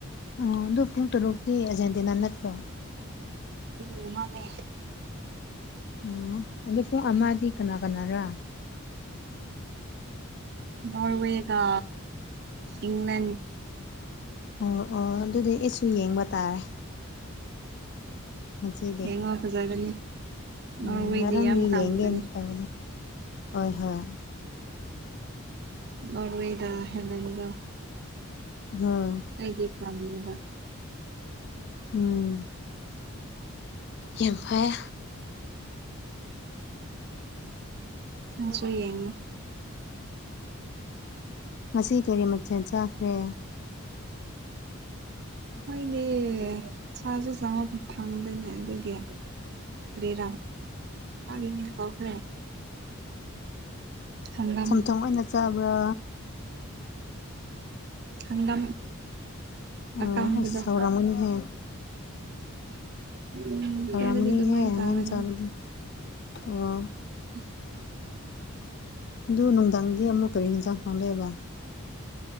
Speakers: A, on the left; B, on the right.
A: ꯑꯣ ꯑꯗꯣ ꯄꯨꯡ ꯇꯔꯨꯛꯇꯤ ꯑꯥꯔꯖꯦꯟꯇꯤꯅꯥ ꯅꯠꯇ꯭ꯔꯣ
B: ꯎꯝ ꯃꯥꯅꯦ
A: ꯑꯣ ꯑꯗꯣ ꯄꯨꯡ ꯑꯃꯗꯤ ꯀꯅꯥ ꯀꯅꯥꯔꯥ
B: ꯅꯣꯔꯋꯦꯒ ꯏꯪꯂ‌ꯦꯟ
A: ꯑꯣ ꯑꯣ ꯑꯗꯨꯗꯤ ꯑꯩꯁꯨ ꯌꯦꯡꯕ ꯇꯥꯔꯦ ꯉꯁꯤꯗꯤ
B: ꯌꯦꯡꯉꯣ ꯐꯖꯒꯅꯤ ꯅꯣꯔꯋꯦꯗꯤ
A: ꯎꯝ ꯉꯔꯪꯒꯤ
B: ꯌꯥꯝ ꯀꯥꯟꯕꯅꯤ
A: ꯌꯦꯡꯒ‌ꯩꯅ ꯇꯧꯕꯗ ꯍꯣꯏ ꯍꯣꯏ
B: ꯅ‌ꯣꯔꯋ‌ꯦꯗ ꯍ‌ꯦꯂꯟꯗ‌ꯣ
A: <unintelligible>
B: ꯑꯩꯒꯤ ꯐꯝ ꯅ‌ꯦꯕ
A: ꯎꯝ ꯌꯥꯝ ꯐꯩ
B: ꯅꯪꯁꯨ ꯌꯦꯡꯉ‌ꯣ
A: ꯉꯁꯤ ꯀꯔꯤ ꯃꯊ‌ꯦꯜ ꯆꯥꯈ꯭ꯔꯦ
B: ꯍꯣꯏꯗꯤ ꯁꯥꯁꯨ ꯆꯥꯕ ꯐ ꯐꯪꯗ‌ꯦꯅꯦ ꯑꯗꯨꯒꯤ ꯀꯔꯤꯔꯥ ꯃꯥꯒꯤ ꯃꯤꯡ ꯀꯥꯎꯈꯔꯦ ꯍꯪꯒꯥꯝ
A: ꯁꯝꯊ‌ꯣꯡ ꯑꯣꯏꯅ ꯆꯥꯕ꯭ꯔꯥ
B: ꯍꯪꯒꯝ
A: ꯑꯣ
B: ꯑꯀꯪꯕꯗ‌ꯣ
A: ꯑꯁ ꯍꯥꯎꯔꯝꯒꯅꯤꯍꯦ
B: ꯎꯝ
A: ꯍꯥꯎꯔꯝꯃꯅꯤꯍꯦ
B: ꯈꯨꯟꯗꯗꯤ ꯑꯗꯨꯃꯥꯏꯅ
A: ꯍꯪꯒꯝ
B: ꯆꯥꯕꯅꯤ
A: ꯆꯥꯕꯗꯤ ꯑꯣ
B: <inaudible>
A: ꯑꯗꯨ ꯅꯨꯡꯗꯥꯡꯗꯤ ꯑꯃꯨꯛ ꯀꯔꯤ ꯏꯟꯖꯥꯡ ꯊ‌ꯣꯡꯗꯣꯏꯕ